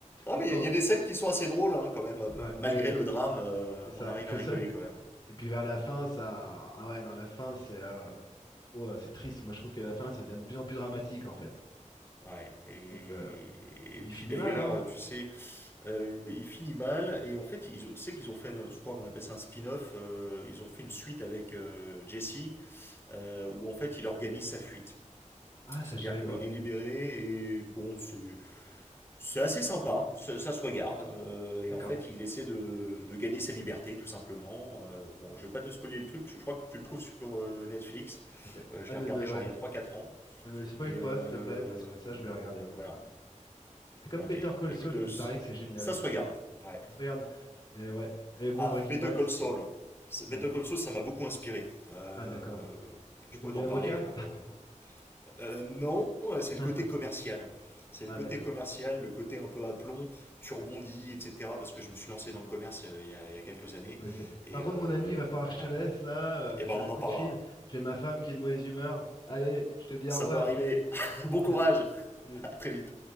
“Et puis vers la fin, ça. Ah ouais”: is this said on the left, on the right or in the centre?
Left